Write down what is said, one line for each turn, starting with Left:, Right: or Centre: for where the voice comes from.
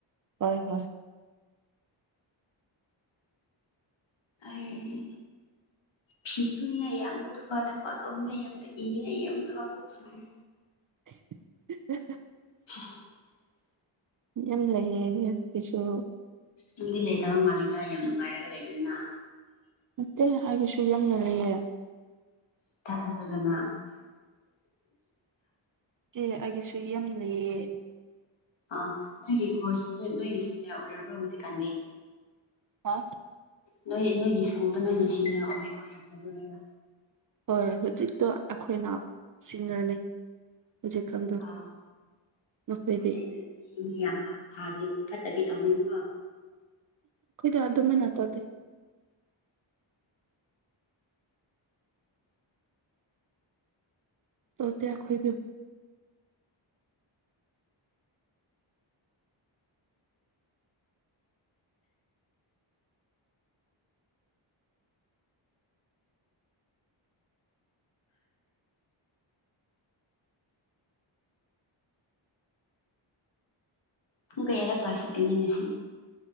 Right: ꯍꯣꯏ ꯍꯣꯏ
Left: ꯑꯩ
Right: <unintelligible>
Left: ꯐꯤ ꯁꯨꯅꯤꯡꯉꯥꯏ ꯌꯝꯕꯗꯨꯒ ꯊꯥꯕꯛ ꯇꯧꯅꯤꯡꯉꯥꯏ ꯌꯥꯝꯗꯣꯏ ꯏꯅꯤꯡꯉꯥꯏ ꯌꯝꯗꯣꯏꯒ ꯀꯣꯛ ꯁꯥꯌꯦ꯫
Right: <unintelligible>
Left: <unintelligible>
Right: ꯌꯥꯝ ꯂꯩꯌꯦ ꯑꯦꯞꯀꯤꯁꯨ꯫
Left: ꯅꯪꯗꯤ ꯂꯩꯇꯕ ꯃꯥꯂꯦꯗ ꯌꯥꯝ ꯅꯨꯡꯉꯥꯏꯔꯒ ꯂꯩꯗꯨꯅ꯫
Right: ꯅꯠꯇꯦ ꯑꯩꯒꯤꯁꯨ ꯌꯥꯝꯅ ꯂꯩꯌꯦ꯫
Left: ꯏ ꯊꯥ ꯊꯥꯖꯗꯅ꯫
Right: ꯇꯦ ꯑꯩꯒꯤꯁꯨ ꯌꯥꯝ ꯂꯩꯌꯦ꯫
Left: ꯑꯥ ꯅꯣꯏꯒꯤ ꯈꯣꯔꯁꯨ ꯅꯣꯏꯅ ꯁꯤꯅꯤꯌꯔ ꯑꯣꯏꯔꯕ꯭ꯔꯣ ꯍꯧꯖꯤꯛꯀꯥꯟꯗꯤ꯫
Right: ꯍꯥ꯫
Left: ꯅꯣꯏ ꯅꯣꯏꯒꯤ ꯁ꯭ꯀꯨꯜꯗ ꯅꯣꯏꯅ ꯁꯤꯅꯤꯌꯔ ꯑꯣꯏ ꯑꯣꯏꯔꯛꯈ꯭ꯔꯕ꯭ꯔꯕ꯫
Right: ꯍꯣꯏ ꯍꯧꯖꯤꯛꯇꯣ ꯑꯩꯈꯣꯏꯅ ꯁꯤꯅꯤꯌꯔꯅꯦ꯫ ꯍꯧꯖꯤꯛ ꯀꯥꯟꯗꯣ
Left: ꯑꯥ
Right: ꯃꯈꯣꯌꯗꯤ꯫
Left: ꯑꯗꯨꯗꯤ ꯃꯤ ꯌꯥꯝ ꯐꯥꯕꯤ ꯐꯠꯇꯕꯤ ꯇꯧꯅꯤꯀꯣ꯫
Right: ꯌꯥ ꯑꯗꯨꯃꯥꯏꯅ ꯇꯧꯗꯦ꯫ ꯇꯧꯗꯦ ꯑꯈꯣꯏꯗꯤ꯫
Left: ꯄꯨꯡ ꯀꯌꯥꯗ ꯀ꯭ꯂꯥꯁ ꯆꯠꯀꯅꯤ ꯉꯁꯤ꯫